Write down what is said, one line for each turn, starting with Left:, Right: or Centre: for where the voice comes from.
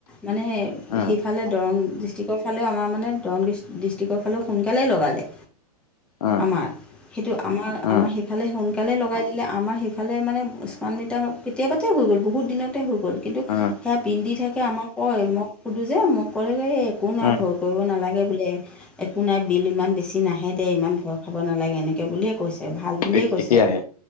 Centre: মানে
Left: উম,
Centre: সেইফালে দৰং ডিষ্ট্ৰিক্টৰ ফালেও আমাৰ মানে দৰং ডি ডিষ্ট- পটিকৰ ফালেও সোনকালেই লগালে,
Left: উম, উম,
Centre: আমাৰ। সেইটো আমাৰ
Left: উম,
Centre: আমাৰ সিফালে সোনকালে লগাই দিলে আমাৰ সিফালে মানে স্মাৰ্ট মিটাৰ হক কেতিয়াবাতে হৈ গ'ল বহুত দিনতে হৈ গ'ল কিন্তু
Left: উম,
Centre: সেয়া বিল দি থাকে আমাক কয় মোক সোধোঁ যে মোক ক'লেগৈ এই একো নহয়
Left: উম, উম,
Centre: ভয় কৰিব নালাগে বোলে। একো নাই বিল ইমান বেছি নাহে দে ইমান ভয় খাব নালাগে এনেকৈ বুলিয়ে কৈছ- এ ভাল বুলিয়ে
Left: একেই
Centre: কৈছে
Left: আহে।